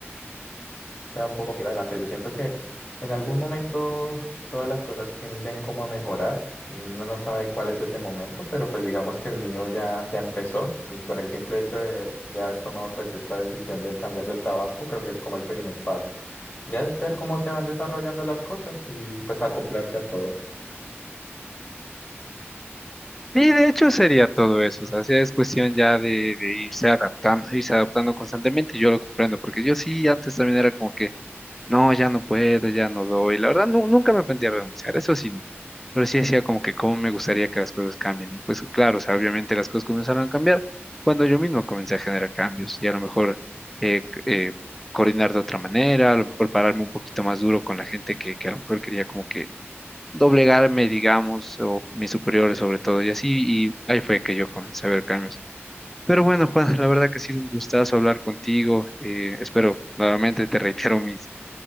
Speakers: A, on the left; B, in the centre.
A: sea un poco ir adelante. Yo siento que en algún momento todas las cosas tienden como a mejorar. Uno no sabe cuál es ese momento, pero pues digamos que el mío ya, ya empezó con el simple hecho de, de haber tomado pues esta decisión de cambiar de trabajo. Creo que es como el primer paso. Ya es ver cómo se van desarrollando las cosas y pues acoplarse a todo.
B: Y de hecho sería todo eso, o sea, sí es cuestión ya de, de irse adaptando, irse adaptando constantemente, y yo lo comprendo, porque yo sí antes también era como que no, ya no puedo, ya no doy. La verdad, nu- nunca me planteé renunciar, eso sí. no. Pero sí decía como que cómo me gustaría que las cosas cambien. Y pues claro, o sea, obviamente las cosas comenzaron a cambiar cuando yo mismo comencé a generar cambios y a lo mejor eh, c- eh, coordinar de otra manera, a lo mejor pararme un poquito más duro con la gente que, que a lo mejor quería como que doblegarme, digamos, o mis superiores sobre todo y así. Y ahí fue que yo comencé a ver cambios. Pero bueno, Juan, la verdad que ha sido un gustazo hablar contigo. eh, espero, nuevamente te reitero mis